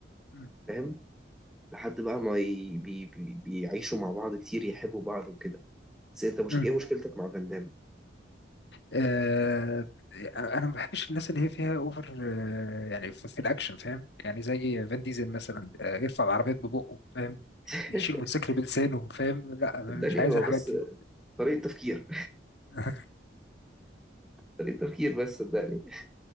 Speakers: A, on the left; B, in the centre.
A: مم.
B: فاهم لحد بقى ما ي- بي بي بيعيشوا مع بعض كتير يحبوا بعض وكده بس انت مش
A: مم.
B: ايه مشكلتك مع فان دام
A: آه، انا ما بحبش الناس اللي هي فيها اوفر آه، يعني في, في الاكشن فاهم يعني زي فان ديزل مثلا آه، يرفع العربيات ببقه فاهم
B: <laughs>
A: يشيل موتوسيكل بلسانه فاهم لا مش
B: صدقني
A: عايز
B: هو
A: الحاجات
B: بس
A: دي
B: طريقة تفكير
A: <laughs>
B: طريقة تفكير بس صدقني